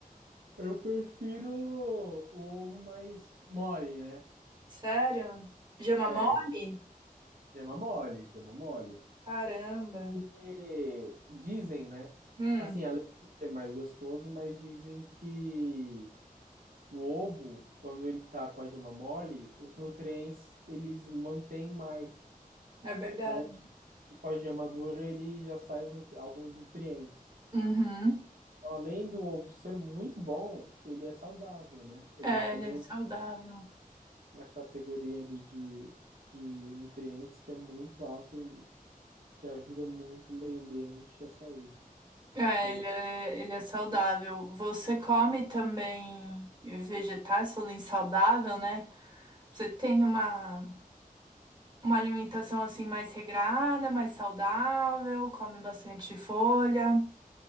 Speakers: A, on the right; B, on the right.
A: eu prefiro o, o ovo mais mole, né?
B: Sério? Gema
A: Sério.
B: mole?
A: Gema mole, gema mole.
B: Caramba.
A: E dizem, né?
B: Hum,
A: Assim, além de ser mais gostoso, mas dizem que o ovo, quando ele tá com a gema mole, os nutrientes eles mantêm mais.
B: é verdade.
A: Então, com a gema dura, ele já sai os nutri- alguns nutrientes.
B: Uhum.
A: Então, além do ovo ser muito bom, ele é saudável, né? Ele
B: É,
A: tem
B: ele é saudável.
A: a categoria ali de, de nutrientes que é muito alta e que ajuda muito o meio ambiente e a saúde
B: É,
A: pública.
B: ele é, ele é saudável. Você come também vegetais, falando em saudável, né? Você tem uma, uma alimentação assim mais regrada, mais saudável, come bastante folha.